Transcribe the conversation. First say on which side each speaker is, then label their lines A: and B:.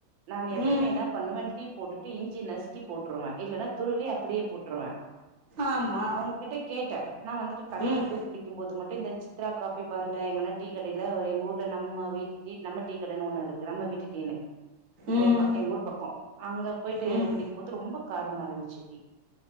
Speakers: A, on the right (about 80°); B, on the right (about 45°).
A: நானு எப்பயுமே
B: ம்
A: என்னா பண்ணுவே டீ போட்டுட்டு இஞ்சி நசுக்கி போ ட்ருவே இல்லன்னா துருவி அப்படியே போட் ட்ருவே
B: ஆமா
A: அவங்க கிட்ட கேட்டே நா வந்துட்டு கடைல
B: ம்
A: போய் குடிக்கும் போது மட்டு இந்த சி த்ரா காப்பி பார்ல எங்கனா டீ கடைல எங்க ஊர்ல நம்ம வீட்டு டீ நம்ம டீ கடைன்னு ஒண்ணு இருக்கு நம்ம வீட்டு டீன்னு
B: ம்
A: ஊர் பக்க எங்க ஊர் பக்கோ அங்க போயிட்டு
B: ம்
A: குடிக்கும்போது ரொம்ப காரமா இருந்துச்சு டீ